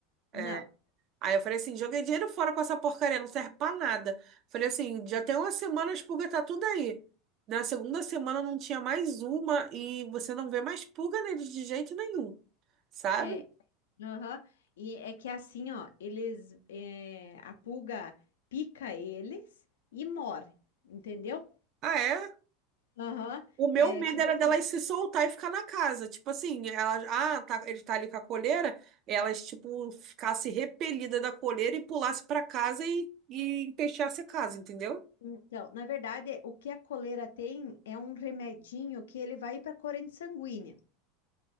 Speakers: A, on the left; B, on the right.
A: Não.
B: É, Aí eu falei assim, joguei dinheiro fora com essa porcaria, não serve pra nada. Falei assim, já tem uma semana a pulga tá tudo aí. Na segunda semana não tinha mais uma e você não vê mais pulga neles de jeito nenhum, sabe?
A: É, Aham. E é que assim, ó, eles, é, a pulga pica eles e morre, entendeu?
B: Ah, é?
A: Aham.
B: O meu
A: É
B: medo
A: tipo
B: era
A: assim,
B: delas se soltar e ficar na casa. Tipo assim, elas, ah, tá, ele tá ali com a coleira, elas, tipo, ficasse repelida da coleira e pulasse pra casa e, e empesteasse a casa, entendeu?
A: então, na verdade, o que a coleira tem é um remedinho que ele vai para a corrente sanguínea.